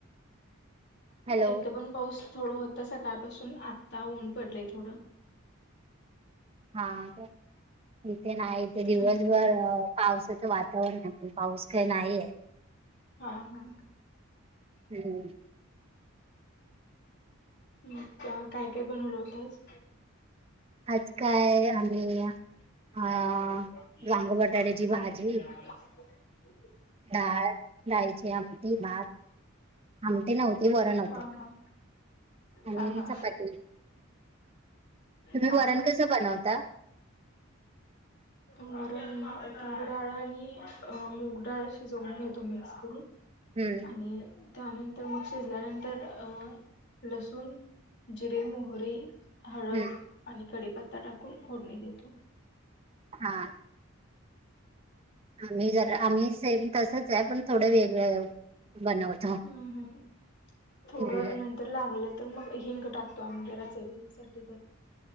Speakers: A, on the right (about 30°); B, on the left (about 55°).
A: Hello
B: हा इथं पण पाऊस थोडं होत सकाळपासून आत्ता ऊन पडलंय थोडं
A: हा इथे ना ईथे दिवसभर
B: हम्म.
A: पावसाच, वात पण पाऊस काही नाहीय,
B: हा हा
A: हम्
B: हम्म काय काय बनवलं होत आज
A: आज काय आम्ही
B: बा
A: अ
B: काय
A: वांग बटाट्याची
B: आम्हाला
A: भाजी
B: <unintelligible>
A: डाळ डायची आमठी भात आमटी नव्हती वरण होतआणि
B: हा हा हा हा
A: चपती
B: हा
A: तुम्ही वरण
B: हा
A: कस बनवता.
B: वरन तूर डाळ आणि मूग डाळ शिजवून घेतो मिक्स करून
A: हम्म
B: आणि त्यानंतर मग शिजल्यानंतर अ लसूण जिरे, मोहरी, हळद,
A: हम्म
B: आणि कडीपत्ता टाकून फोडणी देतो.
A: हा आम्ही जर आम्ही से तसच आहे पण थोडे वेग बनवतो.
B: हम्म हम् थोडं
A: हम्म
B: नंतर तर लागलं तर मग हिंंग टाकतो आम्ही जराच वसाठी.